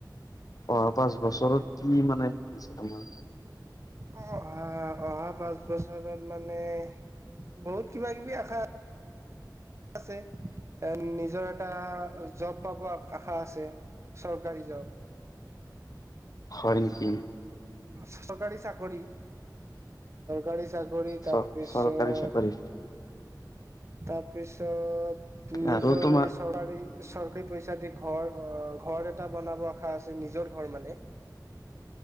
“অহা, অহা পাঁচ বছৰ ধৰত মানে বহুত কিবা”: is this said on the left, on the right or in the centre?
Right